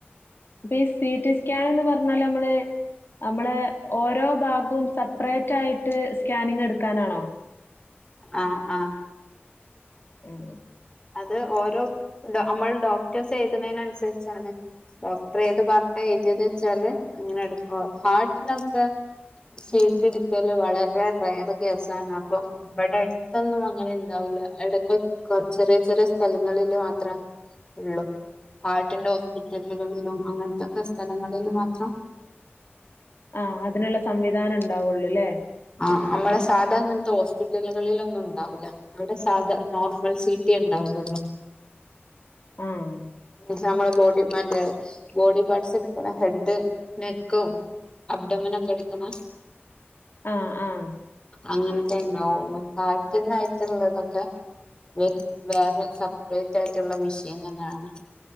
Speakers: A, on the left; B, on the left.
A: ഇപ ഈ സി ടി സ്കാൻ എന്ന് പറഞ്ഞാല് നമ്മള് നമ്മളെ ഓരോ ഭാഗവും സെപ്പറേറ്റ് ആയിട്ട് സ്കാനിങ് എടുക്കാനാണോ
B: ആഹ് ആഹ്
A: ഉം
B: അത് ഓരോ ഡോ അമ്മൾ ഡോക്ടേഴ്സ് എഴുതുണേന് അനുസരിച്ചാണ് ഡോക്ടർ ഏത് പാർട്ട എഴുതിയത് വെച്ചാല് അങ്ങനെ എടുക്കു ഹാട്ട്നൊക്കെ സി ട്ടി ഇട്ക്കല് വളരെ റെയറ് കേസാണ് അപ്പൊ ഇവടെ ടൊന്നും അങ്ങനെ ഉണ്ടാവൂല്ല എടകൊ ചെറിയ ചെറിയ സ്ഥലങ്ങളില് മാത്രാ ഇള്ളു ഹാർട്ടിന്റെ ഹോസ്പിറ്റലുകളിലും അങ്ങനത്തക്കെ സ്ഥലങ്ങളിലും മാത്രം
A: ആഹ് അതിനുള്ള സംവിധാനം ഇണ്ടാവൊള്ളൂ ല്ലേ
B: ആഹ് അമ്മള സാധാ ഇങ്ങൻത്തെ ഹോസ്പിറ്റലുകളിലൊന്നും ഉണ്ടാവുല്ല. അവിടെ സാധ നോർമൽ സീ റ്റി യെ ഇണ്ടാവുള്ളൂ
A: ആഹ്
B: ന്ന് വെച്ച നമ്മടെ ബോഡിമന്റെ ബോഡി പാർട്സ് എടുക്കണ ഹെഡ് നെക്കും അബ്ടമനൊക്ക എടുക്കണ
A: ആഹ് ആഹ്
B: അങ്ങനത്തെ ഇണ്ടാവുള്ളു ഹാർട്ടനായിട്ടുള്ളതൊക്കെ വേ വേറെ സെപ്പറേറ്റ് ആയിട്ടുള്ള മിഷീൻ തന്നാണ്